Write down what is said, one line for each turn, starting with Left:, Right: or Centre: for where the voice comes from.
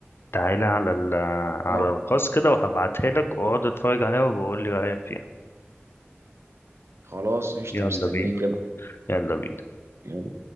Left: تعالى على ال- على
Right: آه،
Left: الخاص كده وهبعتها لك واقعد اتفرج عليها وبقول لي رأيك فيها
Right: خلاص قشطه
Left: يلا
Right: مستنيك
Left: بينا يلا بينا
Right: كده